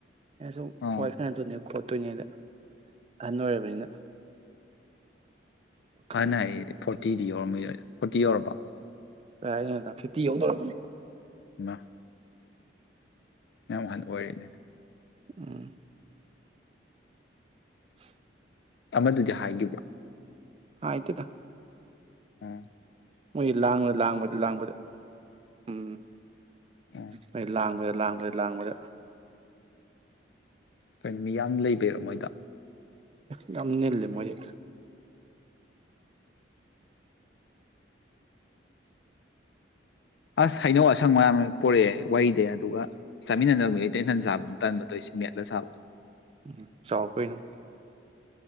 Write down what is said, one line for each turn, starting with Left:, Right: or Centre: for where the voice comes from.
Right: ꯑꯩꯅ ꯁꯨꯝ
Left: ꯑꯥ
Right: ꯋꯥꯏ ꯁꯥꯟꯅ ꯇꯣꯏꯅꯦ ꯈꯣꯠꯇꯣꯏꯅꯦꯗ ꯑꯍꯟ ꯑꯣꯏꯔꯕꯅꯤꯅ ꯋꯥꯈꯟꯗꯣ
Left: ꯍꯥ ꯐ <inaudible> ꯐꯣꯔꯇꯤ ꯌꯧꯔꯝꯈꯤꯔꯣꯏꯗ ꯐꯣꯔꯇꯤ ꯌꯧꯔꯕꯣ
Right: ꯀꯔꯥꯏꯗꯩꯩꯅꯣꯗ ꯐꯤꯐꯇꯤ ꯌꯧꯗꯧꯔꯕꯅꯤ
Left: <inaudible> ꯌꯥꯝ ꯋꯥ ꯍꯟꯅ ꯑꯣꯏꯔꯅꯦ ꯑꯗꯨꯗꯤ
Right: ꯎꯝ ꯎꯝ
Left: ꯑꯃꯗꯨꯗꯤ ꯍꯥꯏꯈꯤꯕ꯭ꯔꯥ
Right: ꯑ ꯑ ꯇ ꯇ
Left: ꯑ
Right: ꯃꯣꯏ ꯂꯥꯡꯕꯗ ꯂꯥꯡꯕꯗ ꯂꯥꯡꯕꯗ ꯎꯝ
Left: ꯎꯝ
Right: ꯃ ꯂꯕ ꯂꯥꯡꯕꯗ ꯂꯥꯡꯕꯗ
Left: ꯀꯣꯏꯣ ꯃꯤ ꯌꯥꯝ ꯂꯩꯕꯩꯔꯣ ꯃꯣꯏꯗ
Right: ꯉꯝ ꯂꯩꯦ ꯃꯔꯤ
Left: ꯑꯁ ꯍꯩꯅꯧ ꯑꯁꯪ ꯃꯌꯥꯝ ꯄꯨꯔꯛꯑꯦ ꯋꯥꯔꯤꯗꯩ ꯑꯗꯨꯒ ꯆꯥꯃꯤꯟꯅꯗꯅꯕ ꯃꯤ ꯂꯩꯇ ꯏꯟꯊꯟ ꯁꯥꯕꯗꯨ ꯇꯟꯕ ꯇꯧꯁꯤꯦ ꯃꯦꯠꯂ ꯁꯥꯕꯗꯣ
Right: ꯎꯝ ꯁꯥꯎ ꯀꯣꯏꯅ